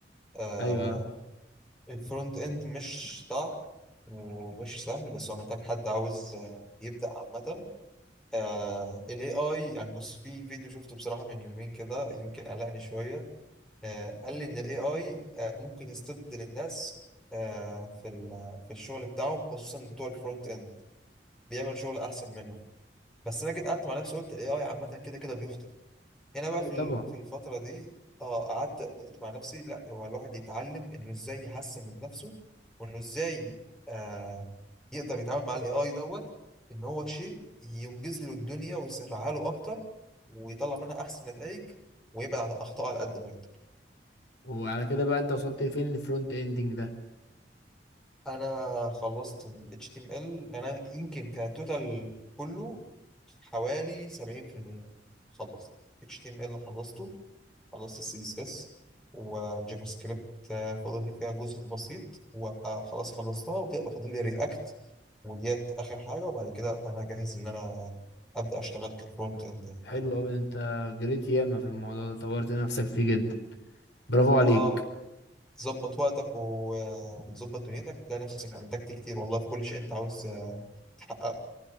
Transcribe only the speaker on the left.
ايوه
أيوة
طبعا
وعلى كده بقى انت وصلت فين الفرونت اندنج ده
حلو قوي انت جريت ياما في الموضوع ده طورت نفسك فيه جدا برافو عليك